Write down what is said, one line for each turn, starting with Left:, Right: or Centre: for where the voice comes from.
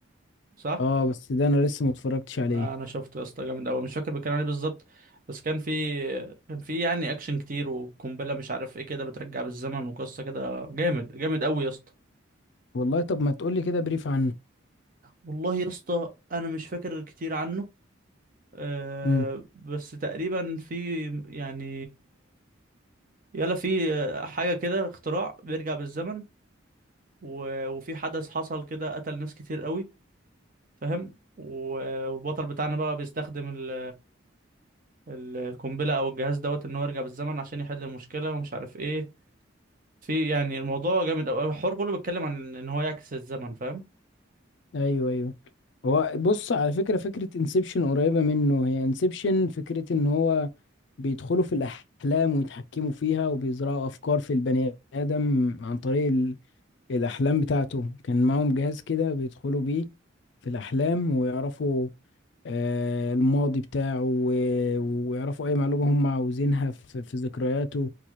Right: صح
Left: اه بس ده انا لسه ما اتفرجتش عليه
Right: آه، انا شفته يا اسطى جامد قوي مش فاكر بيتكلم عن ايه بالظبط بس كان في كان في يعني اكشن كتير وقنبله مش عارف ايه كده بترجع بالزمن وقصه كده جامد جامد قوي يا اسطى
Left: والله طب ما تقولي كده بريف عنه
Right: والله يا اسطى انا مش فاكر كتير عنه أه
Left: امم
Right: بس تقريبا في يعني يلا في حاجه كده اختراع بيرجع بالزمن و... وفي حدث حصل كده قتل ناس كتير قوي فاهم و- والبطل بتاعنا بقى بيستخدم ال ال- القنبلة أو الجهاز دوت إن هو يرجع بالزمن عشان يحل المشكلة ومش عارف إيه في يعني الموضوع جامد أوي الحوار كله بيتكلم عن إن هو يعكس الزمن فاهم
Left: ايوه ايوه هو بص على فكره فكره انسبشن قريبه منه هي انسبشن فكره ان هو بيدخلوا في الاحلام ويتحكموا فيها وبيزرعوا افكار في البني ادم عن طريق ال- الاحلام بتاعته كان معاهم جهاز كده بيدخلوا بيه في الاحلام ويعرفوا آه، الماضي بتاعه و- ويعرفوا اي معلومة هم عاوزينها في في ذكرياته